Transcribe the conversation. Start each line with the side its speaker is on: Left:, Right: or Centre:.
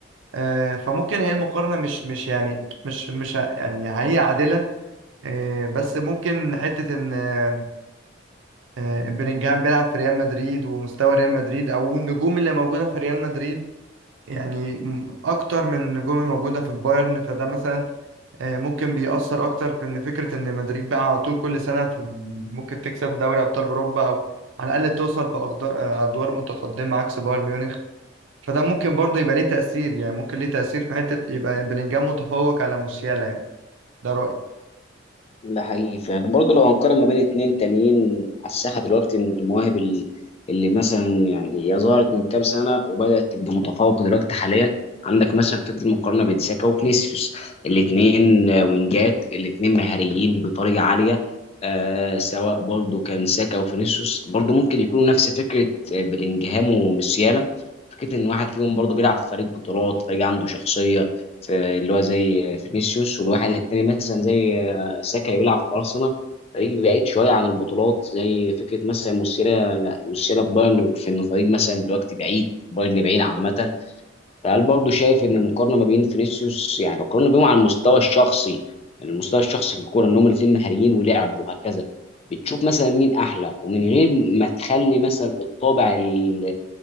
Right: آه، فممكن هي المقارنة مش مش يعني مش مش ه- يعني هي عادلة آه، بس ممكن حتة إن آه، آه، بلينجهام بيلعب في ريال مدريد ومستوى ريال مدريد أو النجوم اللي موجودة في ريال مدريد يعني م- أكتر من النجوم الموجودة في البايرن فده مثلا آه، ممكن بيأثر أكتر في إن فكرة إن مدريد بقى على طول كل سنة في ممكن تكسب دوري أبطال أوروبا أو على الأقل توصل في أقد- آه، أدوار متقدمة عكس بايرن ميونخ فده ممكن برضه يبقى ليه تأثير يعني ممكن ليه تأثير في حتة يبقى بلينجهام متفوق على موسيالا يعني ده رأيي
Left: ده حقيقي فعلا برضه لو هنقارن ما بين اتنين تانيين على الساحة دلوقتي من المواهب ال- اللي مثلا يعني هي ظهرت من كام سنة وبدأت تبقى متفوقة دلوقتي حاليا عندك مثلا فكرة المقارنة بين ساكا وفينيسيوس الاتنين آه، وينجات الاتنين مهاريين بطريقة عالية آه سواء برضه كان ساكا وفينيسيوس برضه ممكن يكونوا نفس فكرة آه، بلينجهام وموسيالا فكرة إن واحد فيهم برضه بيلعب في فريق بطولات فريق عنده شخصية في اللي هو زي فينيسيوس والواحد التاني مثلا زي ساكا يلعب في ارسنال فريق بعيد شويه عن البطولات زي فكره مثلا مسيرة مسيرة بايرن في ان فريق مثلا دلوقتي بعيد بايرن بعيد عامه فهل برضه شايف ان المقارنه ما بين فينيسيوس يعني القارنه بينهم على المستوى الشخصي يعني المستوى الشخصي في الكوره ان هم الاثنين مهاريين ولعب وهكذا بتشوف مثلا مين احلى ومن غير ما تخلي مثلا الطابع ال-